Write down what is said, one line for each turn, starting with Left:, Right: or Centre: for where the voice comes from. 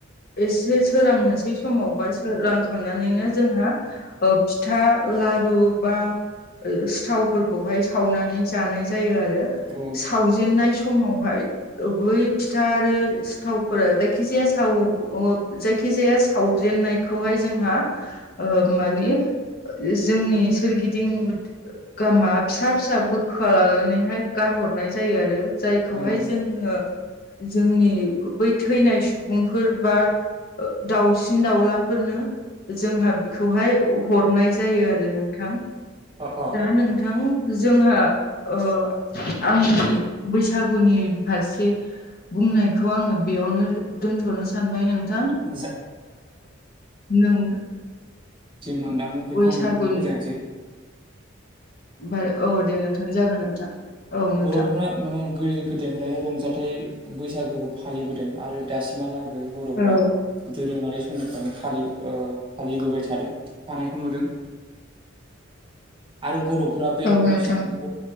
Left: एसे सोरांनोसै समाव बा सोरांखांनानैनो। जोंहा ओ फिथा लारु बा। ओ सिथावफोरखौहाय सावनानै जानाय जायो आरो
Right: औ
Left: सावजेननाय स समहावहाय बै फिथा आरो सिथावफोरा जायखिजाया साव ओ जायखिजाया सावजेननायखौहाय जोंहा ओ माने जोंनि सोरगिदिं गामा फिसा फिसा बोखोआ लानानैहाय गारहरनाय जायो आरो जायखौहाय
Right: औ औ
Left: जोङो जोंनि बै थैनाय सुबुंफोर बा। ओ दाउसिन दाउलाफोरनो जोंहा खौहाय हरनाय जायो आरो नोंथां
Right: अ अ
Left: दा नोंथां। जोंहा ओ आंनि बैसागुनि फारसे। बुंनायखौ आङो बेयावनो दोनथ'नो सानबाय नों
Right: <unintelligible> जि
Left: नों
Right: मोनदांदों बिखौ
Left: बैसागुनि
Right: उ फोजानोसै।
Left: ओमफाय औ दे नोंथां जागोन नोंथां औ नो
Right: बर'फोरा माने गोदो गोदायनिफ्राय रंजाथाइ बैसागो फालिबोदों आरो दासिमहाला उम बर'फ्रा।
Left: औ
Right: दोरोङारि समनिफ्रायनो फालि ओ फालिबोबाय थादों हानायखौ नुदों।
Left: <unintelligible>
Right: आरो बर'फोरा बे
Left: औ नोंथां
Right: बैसो ब